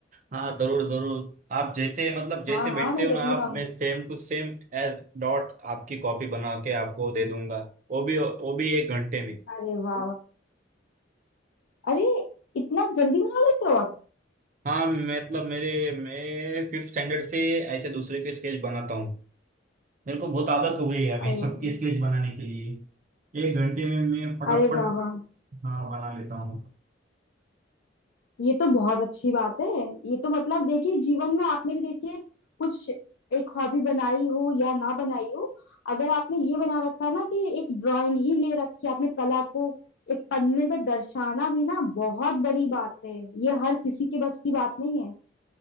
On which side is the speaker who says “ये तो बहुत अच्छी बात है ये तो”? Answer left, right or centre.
Left